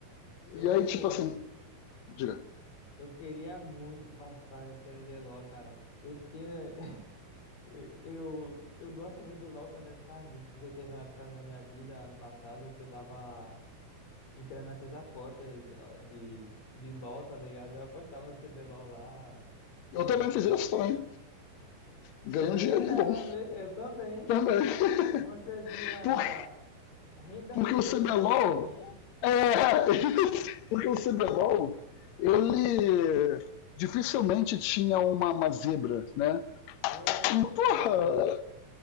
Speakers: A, on the left (about 60°); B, on the left (about 80°).
A: Eu,
B: e aí, tipo assim, diga.
A: eu queria muito participar desse CBLOL, cara. Eu tenho. <laughs> Eu, eu gosto muito do LoL também por causa disso, porque teve uma época na minha vida, ano passado, que eu tava entrando nessas apostas ó, de, de LoL, tá ligado? Eu apostava no CBLOL lá.
B: Eu
A: é,
B: também fiz isso também. Ganhei
A: eu ganhei
B: um dinheirinho
A: grana,
B: bom.
A: né? Eu também.
B: Também. <laughs>
A: Você via
B: Por
A: renda
B: Porque
A: fixa
B: o CBLOL.
A: ali pra mim.
B: É, <laughs> porque o CBLOL, ele dificilmente tinha uma, uma zebra, né?
A: É,
B: Porra!
A: cara.